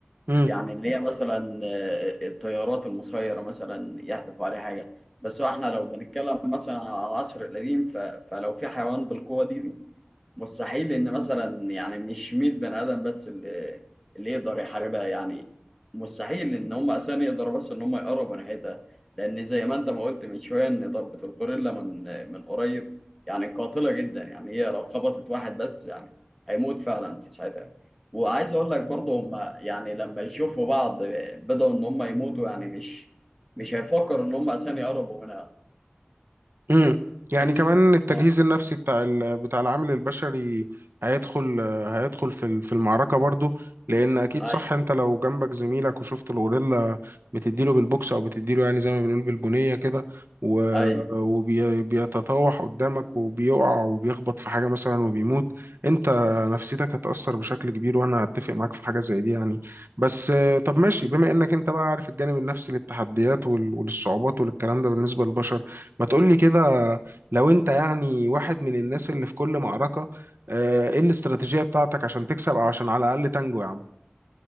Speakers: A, on the right; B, in the centre.
A: امم
B: يعني اللي هي مثلا آه، الطيارات المسيرة مثلا يحدفوا عليه حاجة بس هو إحنا لو بنتكلم مثلا على العصر القديم ف- فلو في حيوان بالقوة دي مستحيل ان مثلا يعني مش 100 بني ادم بس اللي اللي يقدر يحاربها يعني مستحيل ان هم اساسا يقدروا بس ان هم يقربوا ناحيتها لان زي ما انت ما قلت من شويه ان ضربه الغوريلا من من قريب يعني قاتله جدا يعني هي لو خبطت واحد بس يعني هيموت فعلا في ساعتها وعايز اقول لك برضه هم يعني لما يشوفوا بعض بدأوا ان هم يموتوا يعني مش مش هيفكروا ان هم اساسا يقربوا منها
A: امم يعني
B: فاهمني؟
A: كمان التجهيز
B: اه
A: النفسي بتاع ال... بتاع العامل البشري هيدخل هيدخل في ال- في المعركة برضو لأن أكيد
B: ايوه
A: صح أنت لو جنبك زميلك وشفت الغوريلا بتديله بالبوكس أو بتديله يعني زي ما بنقول بالبنية كده و...
B: ايوه
A: وبيتطوح قدامك وبيقع وبيخبط في حاجة مثلا وبيموت أنت نفسيتك هتأثر بشكل كبير وأنا أتفق معاك في حاجة زي دي يعني بس آه، طب ماشي بما إنك أنت بقى عارف الجانب النفسي للتحديات وال... وللصعوبات وللكلام ده بالنسبة للبشر ما تقولي كده لو انت يعني واحد من الناس اللي في كل معركة آه، ايه الاستراتيجية بتاعتك عشان تكسب او عشان على الأقل تنجو يا عم